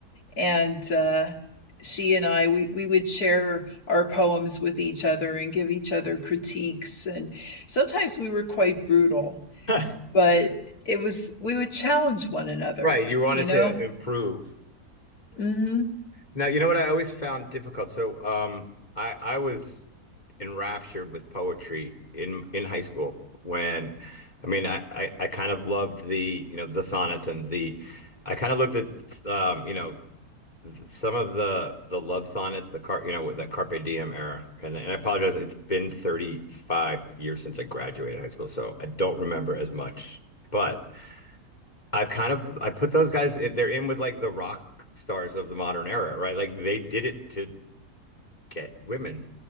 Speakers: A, on the left (about 75°); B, on the left (about 25°).
A: and uh, she and I we we would share our poems with each other and give each other critiques and sometimes we were quite brutal
B: <laughs>
A: but it was we would challenge one another
B: Right, you wanted
A: you know
B: to improve.
A: mm-hmm.
B: Now, you know what I always found difficult. So, um, I I was enraptured with poetry in in high school when I mean I, I I kind of loved the you know the sonnets and the I kind of looked at um you know some of the the love sonnets the car you know with the Carpe Diem era and and I apologize it's been 35 years since I graduated high school so I don't remember as much but I've kind of I put those guys eh, they're in with like the rock stars of the modern era right like they did it to get women